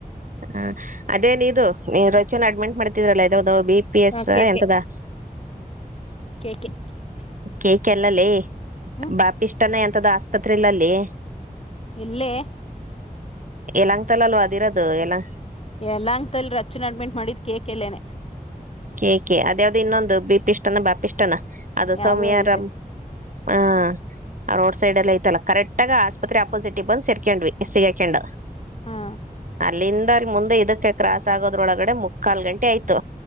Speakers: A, on the right; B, on the left.
A: ಹ ಅದೇನ್ ಇದು ನೀ ರಚುನ್ ಅಡ್ಮಿಂಟ್ ಮಾಡ್ತಿದ್ರಲ್ಲ ಇದಾವದಾವ ಬಿ ಪಿ ಎಸ್
B: ಹಾ ಕೇಕೆ
A: ಎಂತದಾ.
B: <unintelligible>
A: ಕೇಕ್ ಎಲ್ಲಲೆ
B: ಹ್ಮ್
A: ಬಾಪಿಷ್ಟಾನ ಎಂತದ ಆಸ್ಪತ್ರೆಲಲ್ಲಿ.
B: ಇಲ್ಲೇ.
A: ಎಲ್ಲಂಗ ತಲ ಅಲ್ವ ಅದಿರೋದು ಎಲ್ಲ.
B: ಎಲ್ಲಂಗಂತಲ್ ಅಚ್ಚನ ಅಡ್ಮಿಟ್ ಮಾಡಿದ್ ಕೇೇಕ ಎಲ್ಲೇನೆ.
A: ಕೇಕ ಅದ್ಯಾವ್ದ ಇನ್ನೊಂದು ಬಿೀಪಿ ಇಷ್ಟನ ಬಾಪಿ ಇಷ್ಟನಾ. ಅದು
B: ಯಾವ್ದೋ
A: ಸೌಮ್ಯರಾಮ್
B: ಐತೆ
A: ಹಾ. ಆ ರೋಡ್ ಸೈಡ್ ಎಲ್ಲ ಐತಲ್ಲ ಕರೆಕ್ಟ್ ಆಗ ಆಸ್ಪತ್ರೆ ಅಪೋಸಿಟ್ ಗ್ ಬಂದ್ ಸೇರ್ಕೊಂಡ್ವಿ ಸಿಗಕಂಡ.
B: ಹಾ
A: ಅಲ್ಲಿಂದ್ರ ಮುಂದೆ ಇದಕ್ಕೆ ಕ್ರಾಸ್ ಆಗೋದ್ರೊಳಗಡೆ ಮುಕ್ಕಾಲ್ ಗಂಟೆ ಆಯ್ತು.